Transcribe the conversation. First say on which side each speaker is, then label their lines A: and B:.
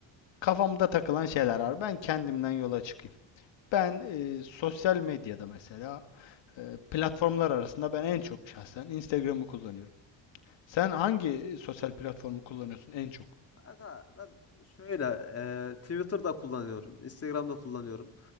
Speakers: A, on the left; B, on the left.
A: kafamda takılan şeyler var. Ben kendimden yola çıkayım. Ben e, sosyal medyada mesela e, platformlar arasında ben en çok şahsen Instagram'ı kullanıyorum. Sen hangi e, sosyal platformu kullanıyorsun en çok?
B: Kanka ben şöyle e, Twitter'da kullanıyorum. Instagram'da kullanıyorum.